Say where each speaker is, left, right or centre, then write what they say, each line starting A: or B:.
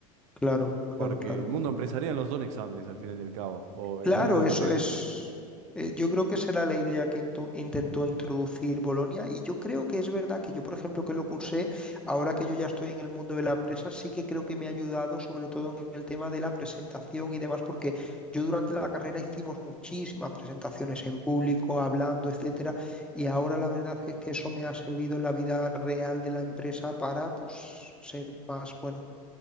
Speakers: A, in the centre; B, on the right.
A: claro, claro,
B: Porque
A: claro.
B: el mundo empresarial no son exámenes al final y al cabo, o el
A: Claro,
B: mundo de
A: eso
B: los negocios.
A: es, eh, yo creo que será la idea que intu- intentó introducir Bolonia y yo creo que es verdad que yo, por ejemplo, que lo cursé, ahora que yo ya estoy en el mundo de la empresa, sí que creo que me ha ayudado sobre todo en el tema de la presentación y demás, porque yo durante la carrera hicimos muchísimas presentaciones en público, hablando, etcétera, y ahora la verdad es que eso me ha servido en la vida real de la empresa para, pues, ser más, bueno,